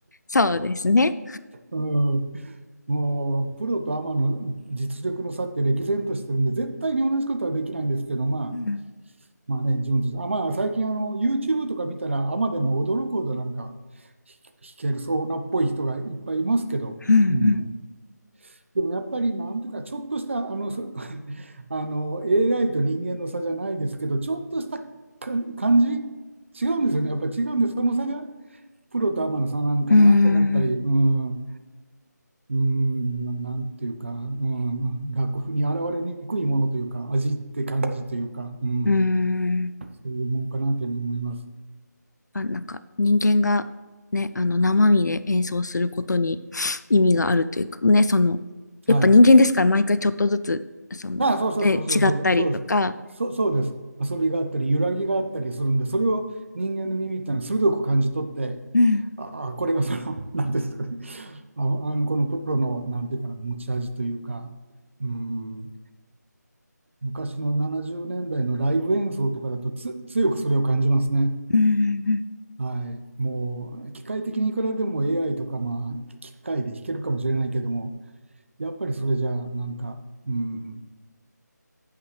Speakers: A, on the left (about 70°); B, on the right (about 40°).
A: そうですね。
B: うん、もう、プロとアマの実力の差って歴然としてるんで、絶対に同じことはできないんですけど、まあ、
A: うん
B: まあね、自分たち、あ、まあ、最近あの、YouTube とか見たら、アマでも驚くほどなんか、ひ弾けるそうなっぽい人がいっぱいいますけど、
A: うん
B: うん。でもやっぱりなんていうか、ちょっとしたあのそあの AI と人間の差じゃないですけど、ちょっとしたか感じ、違うんですよね、やっぱ違うんで、その差がプロとアマの差なんかなと思ったり、
A: うん。うーん。
B: うん、うーん、なんていうか、うん、楽譜に現れにくいものというか、味って感じというか、うん、
A: うーん。
B: そういうもんかなと思います。
A: あ、なんか人間がね、あの生身で演奏することに <sniffs> 意味があるというかね、その、やっぱ人間ですから毎回ちょっとずつ、
B: はい。
A: そのね、
B: ああ、そうそうそうそうそうそうそうです。
A: 違ったりとか、
B: そうそうです。遊びがあったり、揺らぎがあったりするんで、それを人間の耳ってのは鋭く感じ取って、
A: うん、
B: ああ、これがその、なんていうんですかね、ああのこのプロの、なんていうかな、持ち味というか、うん、昔の70年代のライブ演奏とかだとつ、強くそれを感じますね。
A: うん、
B: はい、もう、機械的にいくらでも AI とか、まあ、機械で弾けるかもしれないけども、やっぱりそれじゃ、なんか、うん、